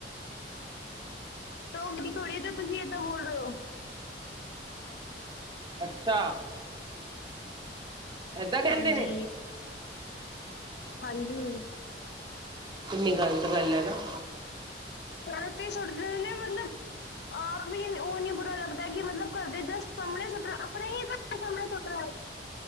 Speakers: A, on the left; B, on the right.
A: ਟੋਕਦੀ ਥੋੜੀ ਜੋ ਤੁਸੀਂ ਏਦਾਂ ਬੋਲ ਰਹੇ ਹੋ
B: ਅੱਛਾ ਏਦਾਂ ਕਹਿੰਦੇ
A: ਹਾਂਜੀ
B: ਨੇ
A: ਹਾਂਜੀ
B: ਕਿੰਨੀ ਗ਼ਲਤ ਗੱਲ ਹੈ ਨਾ
A: ਰਾਤੀ ਸੁੱਟ ਨੇ ਮਤਲਬ ਆਪ ਵੀ ਉਹ ਨੀ ਬੁਰਾ ਲੱਗਦਾ ਕਿ ਮਤਲਬ ਘਰ ਦੇ ਜਸਟ ਸਾਹਮਣੇ ਸੁੱਟ ਆਪਣੇ ਹੀ ਘਰ ਦੇ ਸਾਹਮਣੇ ਸੁੱਟਣਾ